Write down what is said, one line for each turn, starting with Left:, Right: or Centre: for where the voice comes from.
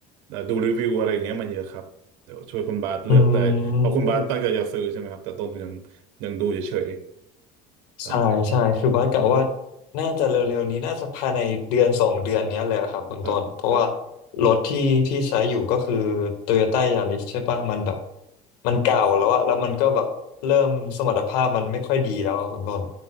Right: เอ่อดูรีวิวอะไรอย่างเงี้ยมาเยอะครับเดี๋ยวช่วยคุณบาสเลือกได้เพราะคุณบาสตั้งใจจะซื้อใช่ไหมครับแต่ต้นยัง
Left: อืม
Right: ยังดูเฉยๆครับ
Left: ใช่ใช่คือบัสกะว่าน่าจะเร็วๆนี้น่าจะภายในเดือนสองเดือนเนี้ยเลยอะครับคุณต้นเพราะว่า
Right: ครับครับ
Left: รถที่ที่ใช้อยู่ก็คือ Toyota Yaris ใช่ปะมันแบบมันเก่าแล้วอะแล้วมันก็แบบเริ่มสมรรถภาพมันไม่ค่อยดีแล้วอะคุณต้น